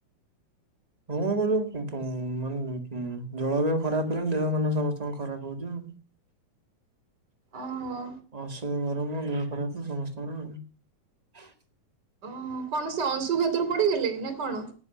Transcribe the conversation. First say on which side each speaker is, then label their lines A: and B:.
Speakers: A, on the right; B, on the right.
A: ହଁ କହୁଛୁ ମାନେ ଜଳବାୟୁ ଖରାପ ହେଲାଣି ଦେହ ମାନ ସମସ୍ତଙ୍କ ଖରାପ ହଉଛି। <inaudible>
B: ଓହୋ
A: <unintelligible> ତମ ଦେହ ଖରାପ ତ ସମସ୍ତଙ୍କର ଆଉ।
B: ହ କଣ ସେ ଅଂଶୁଘାତରୁ ପଡିଗଲେ ନା କଣ?